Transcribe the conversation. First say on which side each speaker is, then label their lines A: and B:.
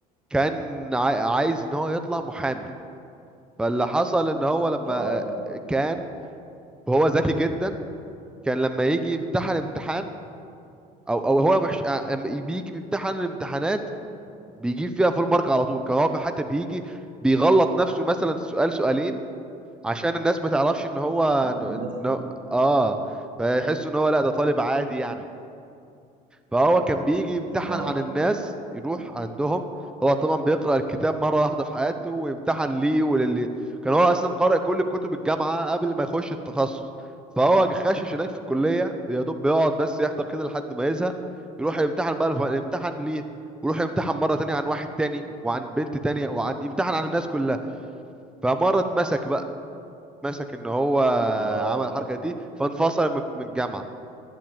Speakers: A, in the centre; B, on the right.
A: كان عاي- عايز ان هو يطلع محامي فاللي حصل ان هو لما
B: اه
A: آه، كان وهو ذكي جدا كان لما يجي يمتحن امتحان او او هو مش آه، لما بيجي بيمتحن الامتحانات بيجيب فيها فول مارك على طول كان هو حتى بيجي بيغلط نفسه مثلا سؤال سؤالين عشان الناس ما تعرفش ان هو
B: عشان الناس
A: إن- إن- اه فيحسوا ان هو لا ده طالب عادي يعني فهو كان بيجي يمتحن
B: اه
A: عن الناس يروح عندهم هو طبعا بيقرأ الكتاب مرة واحدة في حياته ويمتحن ليه وللي كان هو أصلا قارئ كل كتب الجامعة قبل ما يخش التخصص فهو خاشش هناك في الكلية يا دوب بيقعد بس يحضر كده لحد ما يزهق يروح يمتحن بقى الف- يمتحن ليه ويروح يمتحن مرة تانية عن واحد تاني وعن بنت تانية وعن يمتحن عن الناس كلها فمرة اتمسك بقى مسك ان هو
B: اه
A: عمل الحركة دي فانفصل من من الجامعة